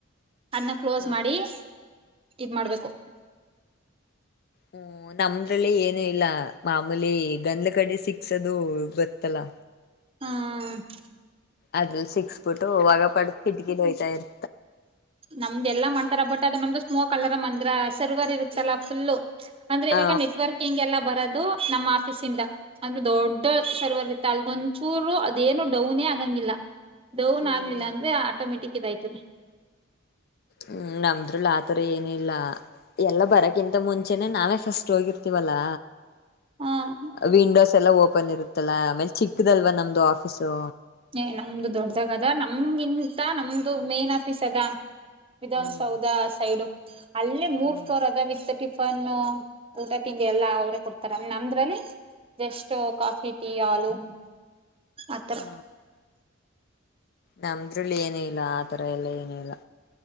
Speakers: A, on the right; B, on the left.
A: ಅದ್ನ ಕ್ಲೋಸ್
B: ಹ
A: ಮಾಡಿ ಇದ್ ಮಾಡ್ಬೇಕು.
B: ಹ್ಮ ನಮ್ದ್ರಲ್ಲಿ ಏನು ಇಲ್ಲ ಮಾಮೂಲಿ ಗಂದ್ಲ್ ಕಡ್ಡಿ ಸಿಕ್ಸೋದು ಗೊತ್ತಲ್ಲ.
A: ಹ್ಮ.
B: ಅದ್ರಲ್ಲಿ ಸಿಕ್ಸ್ಬಿಟ್ಟು ಹೊಗೆ ಪಾಡ್ಗ್ ಕಿಟ್ಕಿಲ್ ಹೋಯ್ತಾ ಇರ್.
A: ನಮ್ದೆಲ್ಲಾ ಮಣ್ತರ ಬಟ್ ಅದ ನಮ್ದು ಸ್ಮೋಕ್ ಅಲರಾಮ್ ಅಂದ್ರ ಸರ್ವರ್ ಇರುತ್ತಲ್ಲಾ ಫುಲ್ಲು. ಅಂದ್ರೆ ಇವಾಗ
B: ಹ
A: ನೆಟ್ವರ್ಕಿಂಗ್ ಎಲ್ಲ ಬರೋದು ನಮ್ಮ್ ಆಫೀಸಿಂದ. ಅಂದ್ರೆ ದೊಡ್ಡ ಸರ್ವರ್ ಇರತ್ತ ಅಲ್ಗೊಂಚೂರು ಅದೇನು ಡೌನೇ ಆಗಂಗಿಲ್ಲ. ಡೌನ್
B: ಹ್ಮ್
A: ಆಗ್ಲಿಲ್ಲ ಅಂದ್ರೆ ಆಟೋಮೆಟಿಕ್ ಇದಾಯ್ತದೆ.
B: ಹ್ಮ್ ನಮ್ದ್ರಲ್ಲ್ ಆತರ ಏನೂ ಇಲ್ಲ. ಎಲ್ಲ ಬರಕ್ಕಿಂತ ಮುಂಚೆನೆ ನಾವೇ ಫಸ್ಟ್ ಹೋಗಿರ್ತೀವಲ್ಲಾ.
A: ಹ
B: ವಿಂಡೋಸ್ ಎಲ್ಲ ಓಪನ್ ಇರುತ್ತಲ್ಲಾ ಆಮೇಲೆ ಚಿಕ್ಕದಲ್ವ ನಮ್ದು ಆಫೀಸು
A: ಏ ನಮ್ದು ದೊಡ್ದಾಗದ ನಮ್ಗಿಂತ ನಮ್ದು ಮೇನ್ ಆಫೀಸ್ ಅದ ವಿಧಾನಸೌಧ
B: ಹ್ಮ್
A: ಸೈಡು ಅಲ್ಲಿ ಮೂರ್
B: ಹ್ಮ್
A: ಫ್ಲೋರ್ ಅದ ವಿತ್ತ್ ಟಿಫನ್ನು ಊಟ ತಿಂಡಿ ಎಲ್ಲಾ ಅವರೇ ಕೊಡ್ತಾರ ನಮ್ದ್ರಲ್ಲಿ ಜಸ್ಟ್ ಕಾಫಿ, ಟೀ, ಹಾಲೂ ಆತರ
B: ಹ ನಮ್ದ್ರಲ್ಲಿ ಏನೂ ಇಲ್ಲ ಆ ತರ ಎಲ್ಲಾ ಏನೂ ಇಲ್ಲ